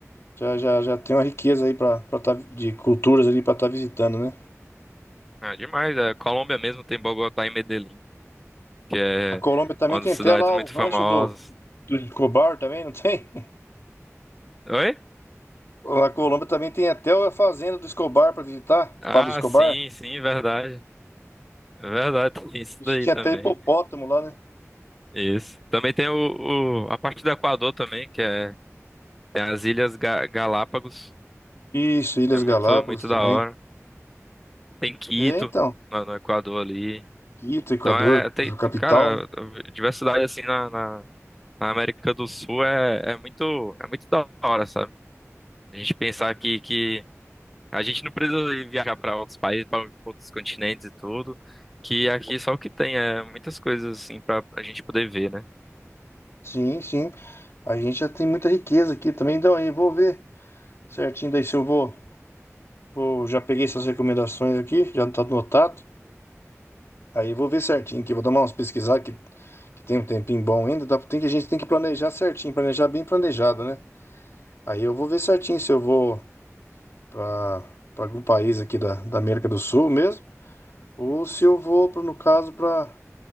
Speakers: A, on the left (about 55°); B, in the centre.
A: já, já, já tem uma riqueza aí para estar de culturas ali para estar visitando, né?
B: É demais. É, Colômbia mesmo tem Bogotá e Medellín, que é
A: A Colômbia também
B: uma
A: tem
B: das cidades
A: até lá
B: muito
A: o rancho
B: famosas.
A: do, do Escobar também, não tem?
B: Oi?
A: A Colômbia também tem até a fazenda do Escobar para visitar,
B: Ah,
A: Pablo Escobar.
B: sim, sim, verdade. Verdade, tem isso
A: Isso
B: daí
A: tinha
B: também.
A: até hipopótamo lá, né?
B: Isso. Também tem o, o- a parte do Equador também, que é tem as Ilhas Ga- Galápagos.
A: Isso, Ilhas
B: É muito
A: Galápagos
B: muito
A: também.
B: da hora. Tem Quito
A: É, então,
B: no, no Equador ali.
A: Quito, Equador,
B: Então é tem tem-
A: capital,
B: cara
A: né?
B: diversidade assim na, na, na América do Sul é, é muito é muito da hora, sabe? A gente pensar que que a gente não precisa ir viajar para outros países, para outros continentes e tudo, que aqui só o que tem é muitas coisas assim para a gente poder ver, né?
A: Sim, sim. A gente já tem muita riqueza aqui também. Então, aí vou ver certinho daí se eu vou, vou. Já peguei essas recomendações aqui, já tá anotado. Aí eu vou ver certinho aqui, vou dar umas pesquisadas que, que tem um tempinho bom ainda. Dá, tem que, a gente tem que planejar certinho, planejar bem planejado, né? Aí eu vou ver certinho se eu vou. para algum país aqui da, da América do Sul mesmo, ou se eu vou, pra, no caso, para